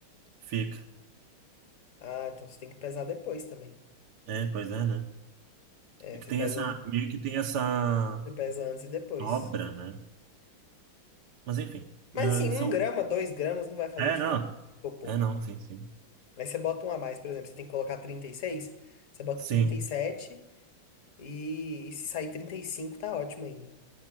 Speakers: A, on the right (about 60°); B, on the left (about 40°).
A: fica.
B: Ah, então você tem que pesar depois também.
A: É, pois é, né?
B: É,
A: É que
B: você
A: tem
B: pesa,
A: essa, meio que tem essa
B: você pesa antes e depois.
A: obra, né? Mas enfim,
B: Mas
A: é,
B: assim,
A: são,
B: um grama, dois gramas não vai fazer
A: é,
B: diferença.
A: não,
B: Ficou pouco.
A: é, não, sim, sim.
B: Aí você bota um a mais, por exemplo, você tem que colocar trinta e seis você bota
A: Sim,
B: trinta e, sete e e se sair 35 tá ótimo ainda.